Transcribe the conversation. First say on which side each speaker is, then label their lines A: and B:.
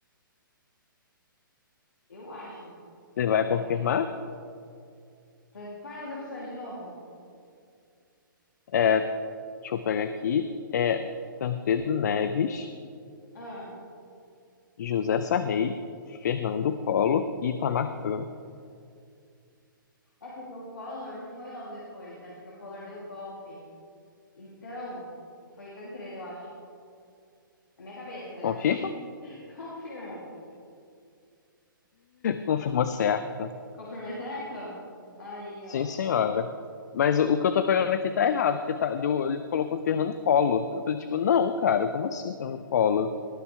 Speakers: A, on the left; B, on the left.
A: Eu acho,
B: Você vai
A: na minha
B: confirmar?
A: cabeça. Tan... Quais as opções de novo?
B: É, Deixa eu pegar aqui. É Tancredo Neves,
A: Ah,
B: José Sarney, Fernando Collor e Itamar Franco.
A: é porque o Collor não foi logo depois, né? Porque o Collor deu o golpe. Então, foi Tancredo, eu acho. Na minha cabeça, né?
B: Confirma?
A: Não sei. <laughs> Confirmo.
B: Confirmou certa.
A: Confirmei certo? Aí,
B: Sim,
A: ó.
B: senhora. Mas o o que eu tô pegando aqui tá errado, porque tá, deu, ele colocou Fernando Collor. Eu falei, tipo, não, cara, como assim Fernando Collor?